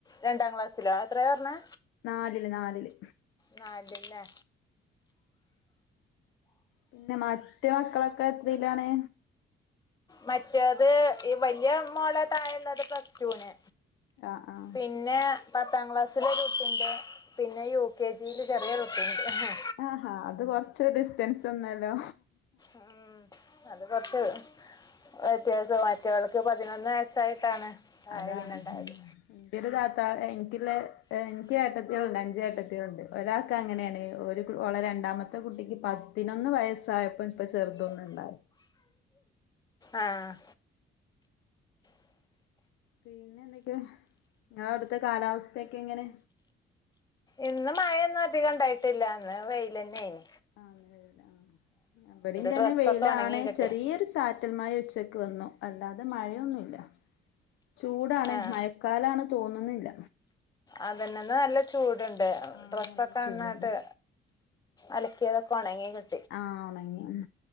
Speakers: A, on the left (about 20°); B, on the left (about 80°).
A: രണ്ടാ ക്ലാസ്സിലാ എത്രയറഞ്ഞെ?
B: നാലില് നാലില്.
A: നാലില് ലെ.
B: പിന്നെ മറ്റെ മക്കളൊക്കെ എത്രേലാണ്?
A: മറ്റേത് ഈ വലിയ മോളെ തായെളത് പ്ലസ്ടുന്
B: ആഹ് ആഹ്
A: പിന്നെ പത്താം ക്ലാസ്സിലൊരുട്ടിണ്ട് പിന്നെ യു തില് ചെറിയൊരുട്ടിണ്ട്.
B: ആഹാ അത് കൊറ്ച്ച് ഡിസ്റ്റൻസ് വന്നല്ലോ?
A: ഉം അത് കൊറ്ച്ച് വ്യത്യാസമാ റ്റോൾക്ക് പതിനൊന്ന് വയസ്സായിട്ടാണ് ആ
B: അതാണ്
A: പിന്നെണ്ടായത്.
B: ഉം ഒരു താത്താ എൻക്ക്ള്ളെ എനിക്ക് ഏട്ടത്തിയള്ണ്ട് അഞ്ചു ഏട്ടത്തിയള്ണ്ട്. ഒരാക്ക അങ്ങനെയാണ് ഒരു കു ഒളെ രണ്ടാമത്തെ കുട്ടിക്ക് പതിനൊന്ന് വയസ്സായപ്പോ ഇപ്പ ചെറ്തൊന്ന് ഇണ്ടായി.
A: ആഹ്.
B: പിന്നെ എന്തൊക്കെ നീങ്ങള അവിടുത്തെ കാലാവസ്ഥയൊക്കെ എങ്ങനെ
A: ഇന്ന് മഴയൊന്നും അധികം ഇണ്ടായിട്ടില്ല അന്ന് വെയില് തന്നെ ന്
B: ആഹ് ഇന്ന് വെയില് ആ ഇമ്പടീംതന്നെ
A: ഡ്രസ്സൊക്കെ
B: വെയില
A: ഉണങ്ങി
B: ആണ്
A: കിട്ടി
B: ചെറിയൊരു ച്ച റ്റൽ മഴ ഉച്ചക്ക് വന്നു അല്ലാതെ മഴയൊന്നുമല്ല ചൂടാണ്
A: ആ
B: മഴക്കാലാണ് തോന്നുന്നില്ല
A: അതന്നന്ന് നല്ല ചൂടുണ്ട്
B: ആഹ്
A: ഡ്രസ്സൊക്കെന്ന്ന്നായിട്ട്
B: നല്ല ചൂടുണ്ട്
A: അലക്കിയതൊക്കെ ഒണങ്ങികി
B: ആഹ് ഒണങ്ങി ഉം